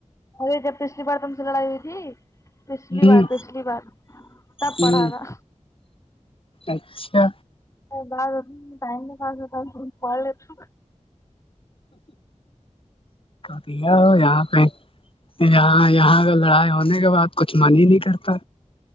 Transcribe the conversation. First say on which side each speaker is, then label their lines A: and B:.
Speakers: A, on the left; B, on the left.
A: اے جب پچھلی پڑتا سلئی ہوئی تھی پچھلی
B: ہوں
A: بار پچھلی بار تب
B: ہوں
A: پڑھا تھا
B: اچھا
A: بات ائم پاستا پڑ لے تو
B: کیا ہو یا پ یہاں یہاں کا لڑائی ہونے کے بعد کچھ من ہی نہیں کرتا